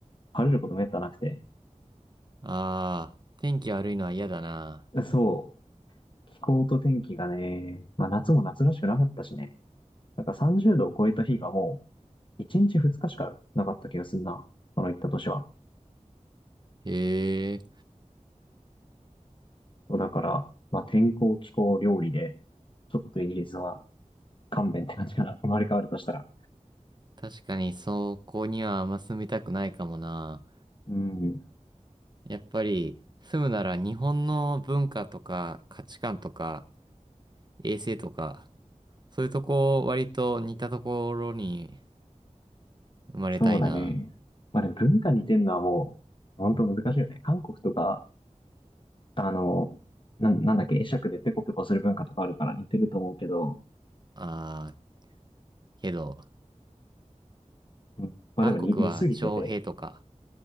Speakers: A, on the left; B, on the right.
A: 晴れることめったなくて。
B: ああ、天気悪いのは嫌だな。
A: そう、気候と天気がね、まあ夏も夏らしくなかったしね。なんか30度を超えた日がもう1日2日しかなかった気がすんな。その行った年は。
B: へえ。
A: だから、まあ天候、気候、料理で、ちょっとイギリスは勘弁って感じかな。生まれ変わるとしたら。
B: 確かにそこにはあんま住みたくないかもな。
A: うん。
B: やっぱり住むなら日本の文化とか価値観とか衛生とか、そういうとこ割と似たところに生まれたいな。
A: そうだね。まあでも文化似てんのはもう、本当難しいよね。韓国とか、あの、な、なんだっけ、会釈でペコペコする文化とかあるから似てると思うけど、
B: ああ、けど、
A: うん、まあでもに似すぎてて、
B: 韓国は徴兵とか、